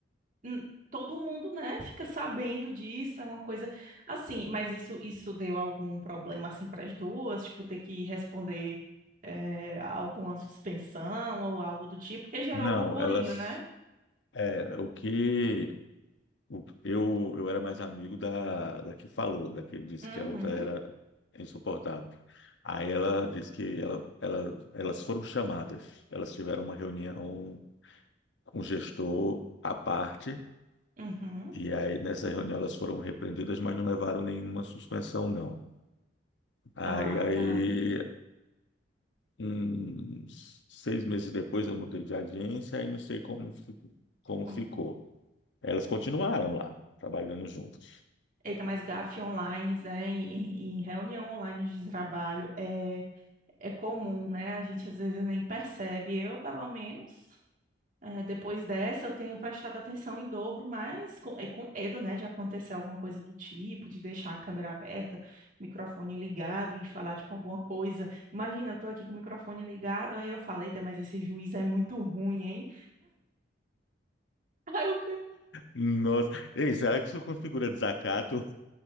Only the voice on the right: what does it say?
hum, todo mundo, né, fica sabendo disso, é uma coisa assim, mas isso isso deu algum problema assim para as duas, tipo ter que responder é, alguma suspensão ou algo do tipo, que gerou
burburinho,
né?
Uhum.
Uhum.
Ah,
tá.
Como...
foi?
Eita, mas gafe online, né, em, em em reunião online de trabalho é é comum, né? A gente às vezes nem percebe. Eu, pelo menos, eh, depois dessa, eu tenho prestado atenção em dobro, mas com, é com medo, né, de acontecer alguma coisa do tipo, de deixar a câmera aberta, microfone ligado e falar, tipo, alguma coisa. Imagina, eu tô aqui com o microfone ligado, aí eu falei, mas esse juiz é muito ruim, hein? <laughs> Aí eu